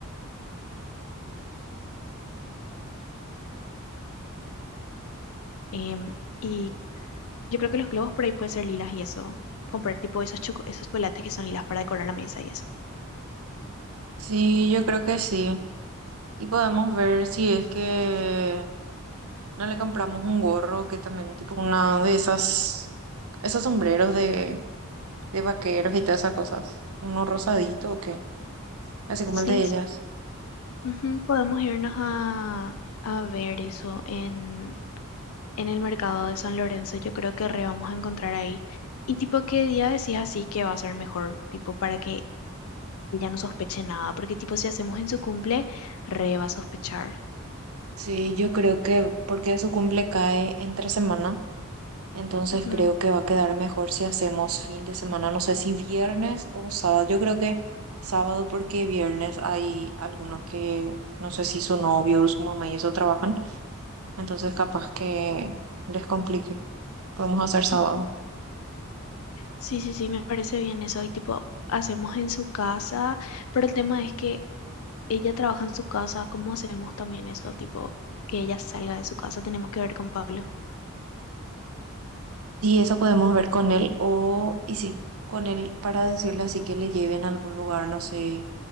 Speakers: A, on the left; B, on the right.
A: em, y Yo creo que los globos por ahí pueden ser lilas y eso. Y comprar tipo esos, choco- esos chocolates que son lilas para decorar la mesa y eso.
B: sí, yo creo que sí. Y podemos ver si es que no le compramos un gorro, que también tipo una de esas, esos sombreros de, de vaqueros y todas esas cosas. Uno rosadito o qué, así como
A: Sí,
B: el de
A: sí.
B: ellas.
A: Ujú, Podemos irnos a, a ver eso en, en el mercado de San Lorenzo. Yo creo que re vamos a encontrar ahí. Y tipo, ¿qué día decís así que va a ser mejor? Tipo, para que ella no sospeche nada. Porque tipo, si hacemos en su cumple, re va a sospechar.
B: Sí, yo creo que porque su cumple cae entre semana. Entonces
A: Ujú,
B: creo que va a quedar mejor si hacemos fin de semana, no sé si viernes o sábado. Yo creo que sábado porque viernes hay algunos que no sé si su novio o su mamá y eso trabajan, entonces capaz que les complique. Podemos hacer sábado.
A: ujú. Sí, sí, sí, me parece bien eso. Y tipo, hacemos en su casa, pero el tema es que ella trabaja en su casa, ¿cómo hacemos también eso? Tipo, que ella salga de su casa, tenemos que ver con Pablo.
B: Y eso podemos ver con él o, y sí, con él para decirle así que le lleven a algún lugar, no sé,